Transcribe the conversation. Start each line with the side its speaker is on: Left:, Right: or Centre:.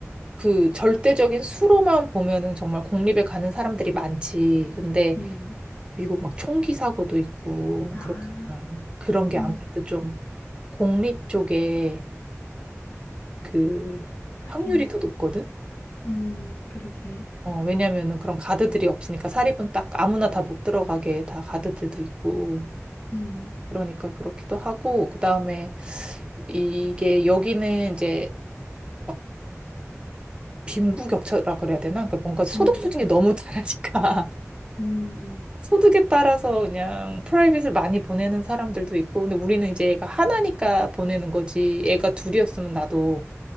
Right: 그 절대적인 수로만 보면은 정말 공립에 가는 사람들이 많지. 근데
Left: 음.
Right: 미국 막 총기 사고도 있고
Left: 아,
Right: 그렇잖아. 그런 게
Left: 음,
Right: 아무래도 좀 공립 쪽에 그
Left: 하긴.
Right: 확률이 더 높거든.
Left: 음, 그러게.
Right: 어, 왜냐면은 그런 가드들이 없으니까 사립은 딱 아무나 다 못 들어가게 다 가드들도 있고
Left: 음,
Right: 그러니까 그렇기도 하고 그다음에 이게 여기는 이제 막 빈부격차라 그래야 되나? 그러니까 뭔가 소득
Left: 음,
Right: 수준이 너무 다르니까 <laughs>
Left: 음, 음.
Right: 소득에 따라서 그냥 프라이빗을 많이 보내는 사람들도 있고 근데 우리는 이제 애가 하나니까 보내는 거지 애가 둘이었으면 나도